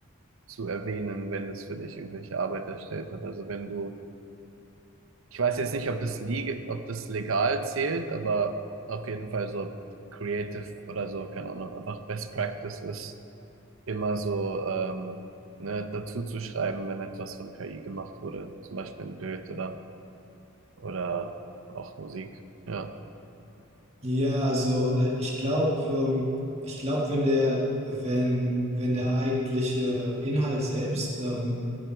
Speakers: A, on the right; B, on the right.
A: zu erwähnen, wenn es für dich irgendwelche Arbeit erstellt hat. Also wenn du, ich weiß jetzt nicht, ob das legal, ob das legal zählt, aber auf jeden Fall so creative oder so, keine Ahnung, einfach Best Practice ist, immer so ähm, ne, dazu zu schreiben, wenn etwas von KI gemacht wurde, zum Beispiel ein Bild oder oder auch Musik. Ja,
B: Ja, also äh, ich glaube, ähm, ich glaube, wenn der, wenn, wenn der eigentliche Inhalt selbst ähm,